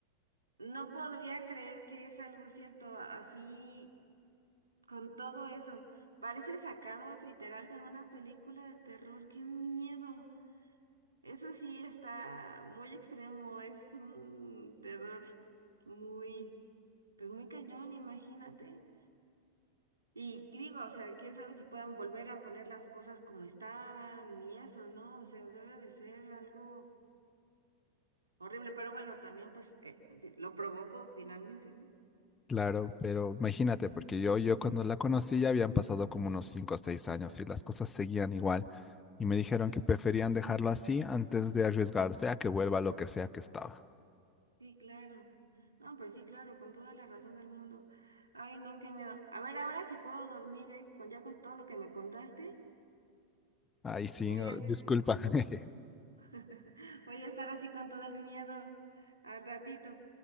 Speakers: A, on the right; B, on the left.
A: no podría creer que es algo cierto así con todo eso. Parece sacado literal de una película de terror. ¡Qué miedo! Eso sí está muy extremo, es un terror muy, pues muy cañón, imagínate. Y digo, o sea, quién sabe si puedan volver a poner las cosas como estaban y eso, ¿no? O sea, debe de ser algo horrible, pero bueno, también pues eh, di- lo provocó finalmente, ¿no?
B: Claro, pero imagínate, porque yo, yo cuando la conocí ya habían pasado como unos 5 o 6 años y las cosas seguían igual y me dijeron que preferían dejarlo así antes de arriesgarse a que vuelva lo que sea que estaba.
A: Sí, claro. No, pues sí, claro, con toda la razón del mundo. Ay, no, qué miedo. A ver, ahora sí puedo dormir, ¿eh? Con, ya con todo lo que me contaste,
B: Ahí sí,
A: voy
B: oh,
A: a
B: disculpa. <laughs>
A: <laughs> Voy a estar así con todo el miedo al ratito.